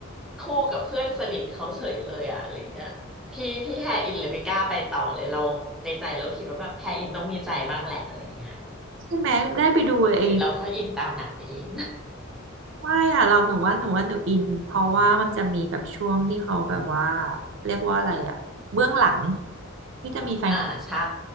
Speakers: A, in the centre; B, on the right (about 65°).
A: คู่กับเพื่อนสนิทเขาเฉยเลยอ่ะอะไรเงี้ยพี่พี่แฮอินเลยไม่กล้าไปต่อเลยเราในใจเราคิดว่าแบบแฮอินต้องมีใจบ้างแหละอะไรเงี้ย
B: ใช่ไหมได้ไปดูเอง
A: หรือเราก็อินตามหนังไปเอง
B: ไม่อ่ะเราหนูว่าหนูว่าหนูอินเพราะว่ามันจะมีแบบช่วงที่เขาแบบว่าเรียกว่าอะไรอ่ะเบื้องหลังที่จะมีแฟน
A: อ่าใช่